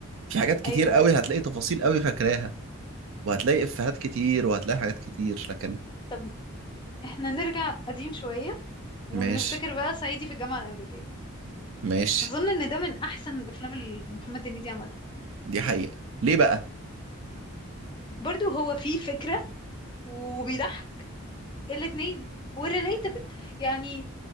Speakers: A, on the right; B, on the left.
A: في حاجات كتير
B: ايوه
A: قوي هتلاقي تفاصيل قوي فاكراها وهتلاقي إفيهات كتير وهتلاقي حاجات كتير لكن
B: طب احنا نرجع قديم شويه ونفتكر
A: ماشي
B: بقى صعيدي في الجامعه الامريكيه
A: ماشي
B: اظن ان ده من احسن الافلام اللي محمد هنيدي عملها
A: دي حقيقة ليه بقى؟
B: برضو هو فيه فكره وبيضحك الاتنين وريليتابل يعني